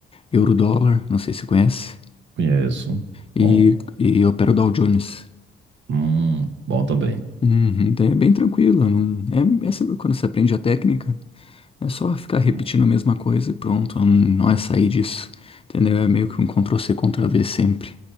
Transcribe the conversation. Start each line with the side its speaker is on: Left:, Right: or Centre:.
Left: euro-dólar, não sei se você conhece,
Right: conheço.
Left: e,
Right: Bom.
Left: e opero Dow Jones.
Right: Hum, bom também.
Left: Uhum, daí é bem tranquilo, não, é, é sempre quando você aprende a técnica, é só ficar repetindo
Right: Hum,
Left: a mesma coisa e pronto, não é sair disso, entendeu? É meio que um Ctrl-C, Ctrl-V sempre.